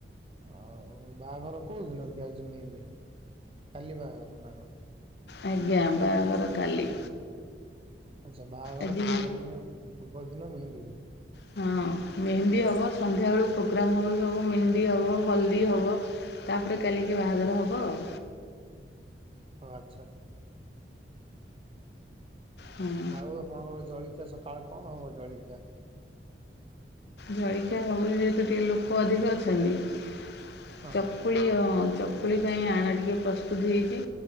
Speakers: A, on the right; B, on the left.
A: ଆଉ ବାହାଘର କୋଉଦିନ କି ଆଜି ମେହେନ୍ଦି କାଲି ବାହାଘର ନା କଣ।
B: ଆଜ୍ଞା ବାହାଘର କାଲି।
A: ଆଚ୍ଛା ବାହାଘର
B: ଆଜି
A: ପୂର୍ବ ଦିନ ପୂର୍ବ ଦିନ ମେହେନ୍ଦୀ ହୁଏ।
B: ହଁ ମେହେନ୍ଦୀ ହବ ସନ୍ଧ୍ୟାବେଳୁ ପୋଗ୍ରାମ୍ ହବ ସବୁ ମେହେନ୍ଦୀ ହବ ହଳଦୀ ହବ। ତାପରେ କାଲିକି ବାହାଘର ହବ ଆଉ।
A: ହଉ ଆଚ୍ଛା।
B: ହୁଁ।
A: ଆଉ ଆପଣଙ୍କର ଜଳଖିଆ ସକାଳ କଣ ହବ ଜଳଖିଆ।
B: ଜଳଖିଆ ହଉଛି ଯେହେତୁ ଟିକେ ଲୋକ ଅଧିକ ଅଛନ୍ତି ଚ
A: ହଁ
B: ଚକୁଳି ହଁ ଚକୁଳି ପାଇଁ ଆଣା ଟିକେ ପ୍ରସ୍ତୁତି ହେଇଛି